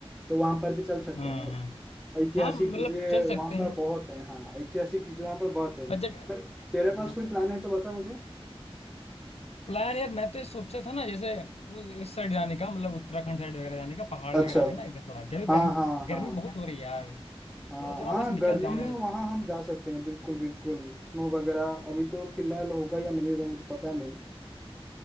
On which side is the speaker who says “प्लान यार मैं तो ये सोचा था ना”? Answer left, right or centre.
Left